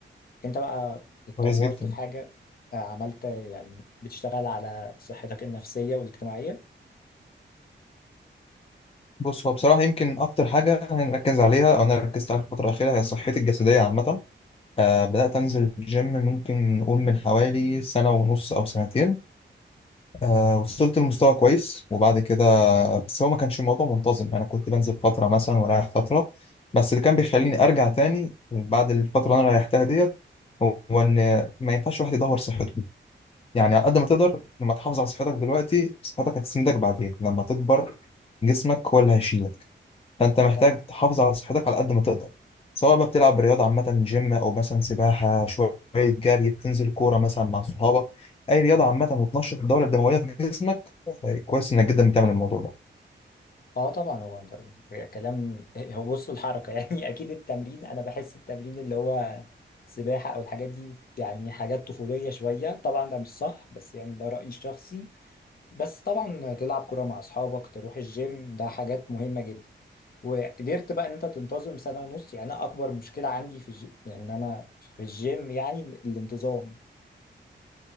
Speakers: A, on the left (about 50°); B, on the left (about 30°).
A: انت بقى اتطورت
B: كويس جدا
A: في حاجه آه، عملت يعني بتشتغل على صحتك النفسيه والاجتماعيه
B: بص هو بصراحة يمكن أكتر حاجة هنركز عليها أو أنا ركزت عليها الفترة الأخيرة هي صحتي الجسدية عامة آه بدأت أنزل الجيم ممكن نقول من حوالي سنة ونص أو سنتين آه وصلت لمستوى كويس وبعد كده بس هو ما كانش الموضوع منتظم أنا كنت بنزل فترة مثلا ورايح فترة بس اللي كان بيخليني أرجع تاني بعد الفترة اللي أنا ريحتها ديت هو إن ما ينفعش واحد يدور صحته يعني على قد ما تقدر لما تحافظ على صحتك دلوقتي صحتك هتسندك بعدين لما تكبر جسمك هو اللي هيشيلك فانت
A: اه
B: محتاج
A: طبعا
B: تحافظ على صحتك على قد ما تقدر سواء بقى بتلعب رياضه عامه جيم او مثلا سباحه شويه جري بتنزل كوره مثلا مع صحابك اي رياضه عامه وتنشط الدوره الدمويه في جسمك طيب كويس انك جدا بتعمل الموضوع ده
A: اه طبعا هو انت هي كلام هو بص الحركه <laughs> يعني اكيد التمرين انا بحس التمرين اللي هو سباحه او الحاجات دي يعني حاجات طفوليه شويه طبعا ده مش صح بس يعني ده رايي الشخصي بس طبعا تلعب كوره مع اصحابك تروح الجيم ده حاجات مهمه جدا وقدرت بقى ان انت تنتظم سنه ونص يعني انا اكبر مشكله عندي في الج... يعني ان انا في الجيم يعني الانتظام